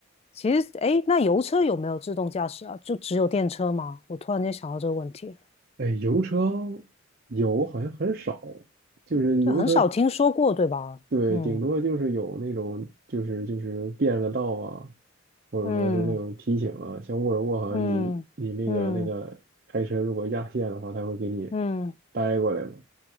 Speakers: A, on the left (about 30°); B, on the right (about 50°).
A: 其实诶，那油车有没有自动驾驶啊？就只有电车吗？我突然间想到这个问题，
B: 哎，油车油好像很少，就是油车
A: 对，很少听说过，对吧？
B: 对，
A: 嗯
B: 顶多就是有那种，就是就是变个道啊，或者说是那种提醒啊，
A: 嗯
B: 像沃尔沃好像你你那个那个开车如果压线的话，
A: 嗯嗯
B: 它会给你
A: 嗯。嗯
B: 掰过来嘛。